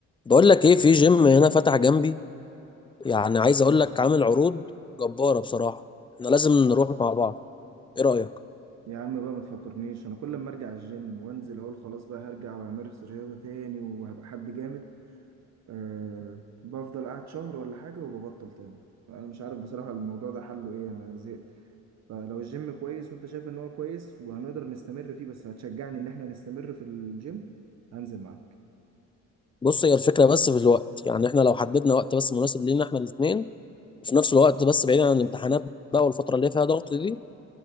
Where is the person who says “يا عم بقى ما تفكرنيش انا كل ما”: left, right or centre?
Right